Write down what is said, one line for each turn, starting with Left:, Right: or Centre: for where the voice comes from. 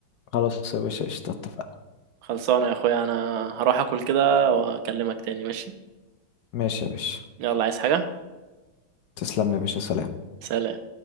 Left: خلاص يا باشا قشطة اتفقنا
Right: خلصانه يا اخويا انا هروح اكل كده واكلمك تاني ماشي
Left: ماشي يا باشا
Right: يلا عايز حاجه
Left: تسلم لي يا باشا سلام
Right: سلام